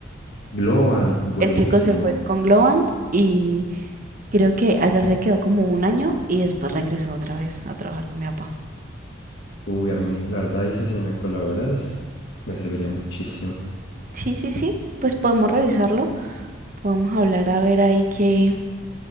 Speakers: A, on the left; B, on the right.
A: Glowant, buenísimo.
B: El chico se fue con Glowant y creo que allá se quedó como un año y después regresó otra vez a trabajar con mi papá.
A: Uy, a mí, me- la verdad, Isa, si me colaboras, me serviría muchísimo.
B: Sí, sí, sí, pues podemos revisarlo, podemos hablar a ver ahí qué,